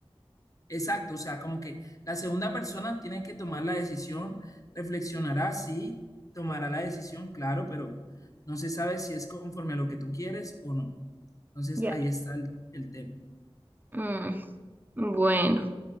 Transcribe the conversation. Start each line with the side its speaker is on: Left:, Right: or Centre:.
Left: Exacto, o sea, como que la segunda persona tiene que tomar la decisión, reflexionará, sí, tomará la decisión, claro, pero no se sabe si es conforme a lo que tú quieres o no. Entonces,
Right: Ya.
Left: ahí está el, el tema.
Right: Mm, bueno.